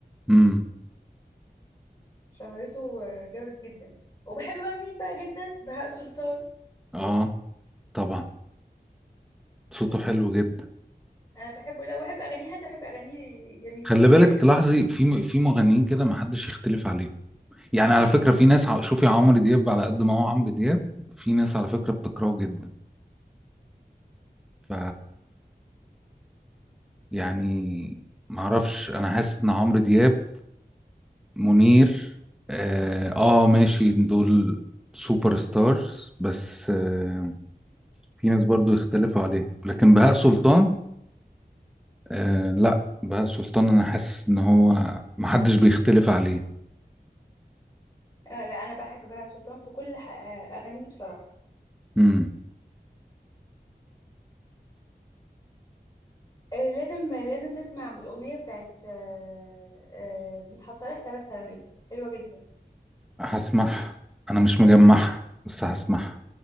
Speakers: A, in the centre; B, on the left.
A: امم
B: شهرته آه، جامد جدا وبحب بقى مين بقى جدا بهاء سلطان
A: اه طبعا صوته حلو جدا
B: أنا بحبه لا وبحب أغانيه حتى بحب أغانيه جميلة
A: خلي بالك
B: بحب
A: تلاحظي في م- في مغنيين كده ما حدش يختلف عليه يعني على فكره في ناس ع- شوفي عمرو دياب على قد ما هو عمرو دياب في ناس على فكره بتكرهه جدا ف يعني معرفش انا حاسس ان عمرو دياب منير اه آه، ماشي دول سوبر ستارز بس آه في ناس برضو يختلفوا عليه لكن بهاء سلطان آه لا بهاء سلطان انا حاسس ان هو محدش بيختلف عليه
B: آه، لا أنا بحب بهاء سلطان في كل ح- آه، أغانيه بصراحة
A: امم
B: آه، لازم لازم تسمع بالأغنية بتاعت آه، آه، مدحت صالح ثلاث سلامات حلوة جدا
A: هسمعها انا مش مجمعها بس هسمعها